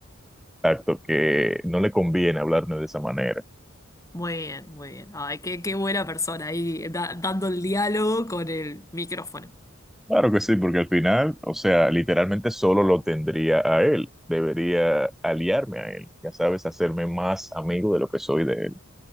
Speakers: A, in the centre; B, on the left.
A: <laughs> exacto, que no le conviene hablarme de esa manera.
B: Muy bien, muy bien. Ay, qué, qué buena persona ahí da- dando el diálogo con el micrófono.
A: Claro que sí, porque al final, o sea, literalmente solo lo tendría a él. Debería aliarme a él, ya sabes, hacerme más amigo de lo que soy de él.